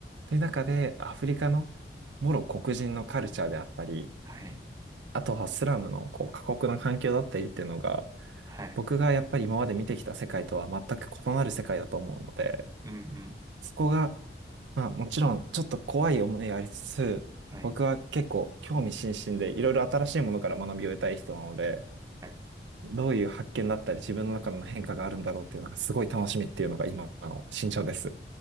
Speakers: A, on the right (about 90°); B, on the right (about 20°).
A: という中で、アフリカのもろ黒人のカルチャーであったり、
B: はい。
A: あとはスラムのこう過酷な環境だったりっていうのが、
B: はい。
A: 僕がやっぱり今まで見てきた世界とは全く異なる世界だと思うので、
B: うん、うん。
A: そこが、まあもちろんちょっと怖い思いがありつつ、
B: はい。
A: 僕は結構興味津々でいろいろ新しいものから学びを得たい人なので、
B: はい。
A: どういう発見だったり自分の中の変化があるんだろうっていうのがすごい楽しみっていうのが今の心情です。